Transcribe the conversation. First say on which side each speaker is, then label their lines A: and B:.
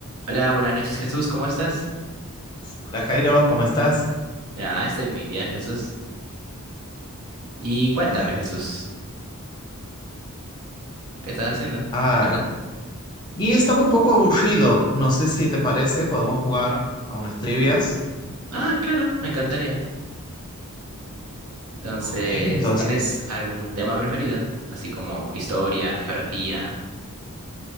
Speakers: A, on the right; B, on the left.
A: Hola, buenas noches Jesús, ¿cómo estás?
B: Hola Jairo, ¿cómo estás?
A: Ah, estoy muy bien Jesús. Y cuéntame
B: Ay,
A: Jesús,
B: ¿Qué
A: ¿qué estás haciendo?
B: tal? ay. tal? Y estaba un poco aburrido. No sé si te parece, podemos jugar a unas trivias.
A: Ah, claro, me encantaría. Entonces,
B: Ok, entonces.
A: ¿tienes algún tema preferido? Así como historia, geografía.